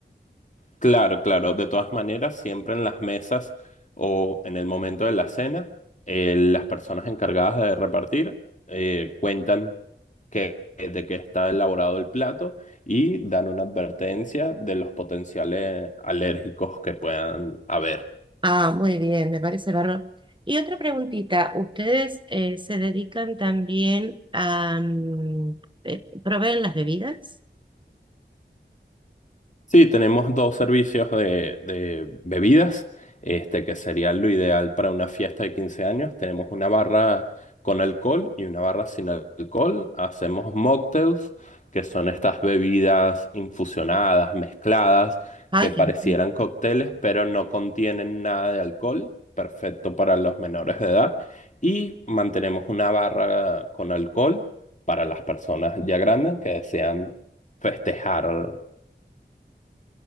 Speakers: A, on the left; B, on the right.
A: Claro, claro. De todas maneras, siempre en las mesas o en el momento de la cena, eh, las personas encargadas de repartir eh, cuentan que, de qué está elaborado el plato y dan una advertencia de los potenciales alérgicos que puedan haber.
B: Ah, muy bien, me parece bárbaro. Y otra preguntita, ¿ustedes eh, se dedican también a... mm, eh, proveen las bebidas?
A: Sí, tenemos dos servicios de, de bebidas, este, que sería lo ideal para una fiesta de 15 años. Tenemos una barra con alcohol y una barra sin alcohol. Hacemos mocktails, que son estas bebidas infusionadas, mezcladas,
B: Ay,
A: que
B: qué-
A: parecieran cócteles, pero no contienen nada de alcohol, perfecto para los menores de edad. Y mantenemos una barra con alcohol para las personas ya grandes que desean festejar